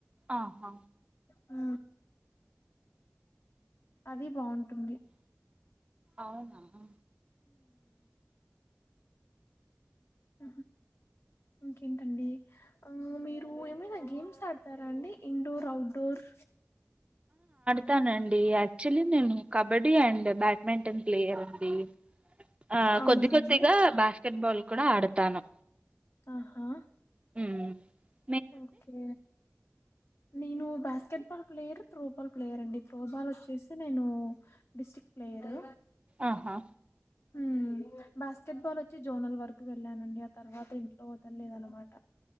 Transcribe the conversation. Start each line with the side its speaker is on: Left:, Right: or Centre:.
Right: ఆహా
Left: ఆ అది బాగుంటుంది
Right: అవున
Left: ఊహ్ ఇంకేంటండి ఆ మీరు ఏమైనా గేమ్సాడ తారాండి ఇండోర్ అవుట్డోర్
Right: తానండి యాక్చువలీ నేను కబడ్డీ అండ్ బ్యాడ్మింటన్ ప్లేయర్ అండి ఆ
Left: అవునా
Right: కొద్ది కొద్దిగా
Left: అండి
Right: బాస్కెట్ బాల్ కూడా ఆడ తాను
Left: ఆహా.
Right: ఉమ్.
Left: ఓకే. నేను basketball player throwball player అండి త్రోబాల్ వచ్చేసి నేను డిస్ట్రిక్ట్ ప్లేయరు
Right: ఆహా
Left: హ్మ్ బాస్కెట్ బాల్ వచ్చి జోనల్ వరకు వెళ్ళానండి ఆ తర్వాత ఇంట్లో వదలేదు అనమాట.